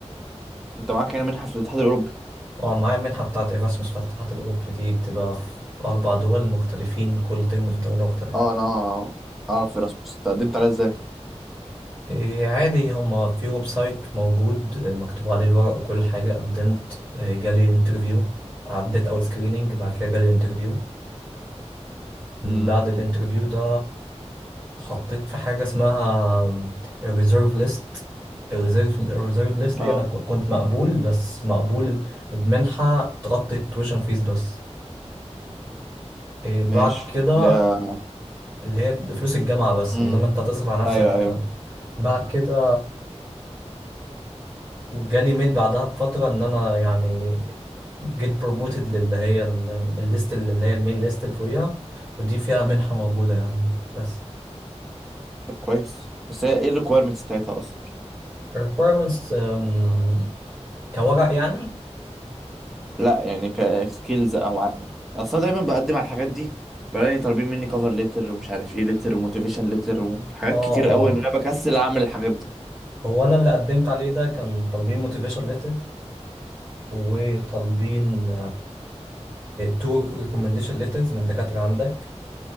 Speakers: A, in the centre; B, on the right.
A: انت معاك يعني منحة في الاتحاد الاوروبي
B: اه معايا منحة بتاعة ايراسموس بتاعة الاتحاد الاوروبي دي بتبقى في اربع دول مختلفين كل ترم في دولة مختلفة
A: اه انا اعرف ايراسموس تقدمت عليها ازاي
B: إيه عادي هما في ويب سايت موجود آه، مكتوب عليه الورق وكل حاجة قدمت آه، جالي انترفيو عديت اول سكريننج بعد كده جالي انترفيو
A: امم
B: بعد الانترفيو ده اتحطيت في حاجة اسمها الريزيرف ليست الريزيرف الريزيرف ليست دي
A: اه
B: أنا ك- كنت مقبول بس مقبول بمنحة تغطي التويشن فيس بس إيه
A: ماشي
B: بعد كده
A: اللي هي
B: اللي هي فلوس الجامعة بس
A: امم
B: إنما أنت هتصرف على نفسك
A: ايوه ايوه
B: بعد كده جالي ميل بعدها بفترة إن أنا يعني جيت بروموتد للي هي ال- الليست اللي هي الميل ليست اللي فوقيها ودي فيها منحة موجودة يعني بس
A: طب كويس بس هي ايه الريكويرمنتس بتاعتها اصلا
B: requirements أم، كورق يعني
A: لا يعني كسكيلز او ع... اصلا دايما بقدم على الحاجات دي بلاقي طالبين مني كفر ليتر ومش عارف ايه ليتر وموتيفيشن ليتر وحاجات
B: اه
A: كتير
B: اه
A: قوي ان انا بكسل اعمل الحاجات دي
B: هو انا اللي قدمت عليه ده كان طالبين موتيفيشن ليتر وطالبين تو ريكومنديشن ليترز من دكاترة عندك